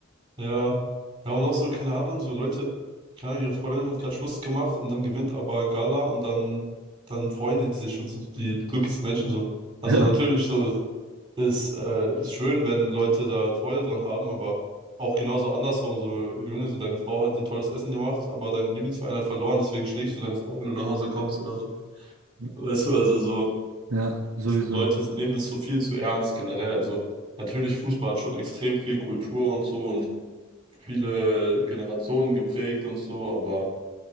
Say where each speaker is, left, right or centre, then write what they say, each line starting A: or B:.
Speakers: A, on the right (about 25°); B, on the right (about 70°).
A: Ja, ja, und auch so, keine Ahnung, so Leute, keine Ahnung, ihre Freundin hat gerade Schluss gemacht und dann gewinnt aber Gala und dann, dann freuen die sich und sind die glücklichsten Menschen so. Also
B: <laughs>
A: natürlich so ist, äh, ist schön, wenn Leute da Freude dran haben, aber auch genauso andersrum, so, Junge, so deine Frau hat dir tolles Essen gemacht, aber dein Lieblingsverein hat verloren, deswegen schlägst du deine Frau, wenn du nach Hause kommst oder so.
B: Ja,
A: Weißt du, also so,
B: ja, sowieso.
A: ich finde, Leute nehmen das so viel zu ernst generell. Also natürlich, Fußball hat schon extrem viel Kultur und so und viele Generationen geprägt und so, aber